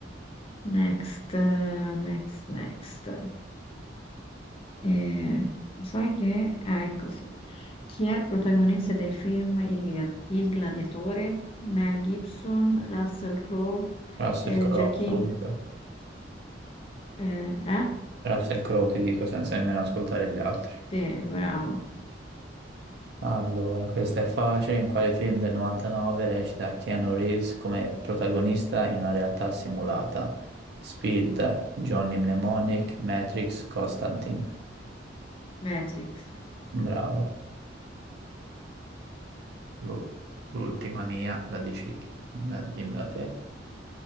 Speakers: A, on the left; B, on the right.
A: Next, eh, next, next. Eh, sai che... Ah, ecco sì. Chi è il protagonista del film Il, Gla- Il Gladiatore? Mel Gibson, Russell Crowe,
B: Russell
A: eh,
B: Crowe,
A: Joaquin...
B: subito.
A: Eh, eh?
B: Russell Crowe, ti dico, senza nemmeno ascoltare gli altri.
A: Sì, bravo.
B: Allora, questa è facile. In quale film del 99 recita Keanu Reeves come protagonista in una realtà simulata? Speed, Johnny Mnemonic, Matrix, Constantine.
A: Matrix.
B: Bravo. L'u- L'ultima mia, la dici, eh, dimmela te.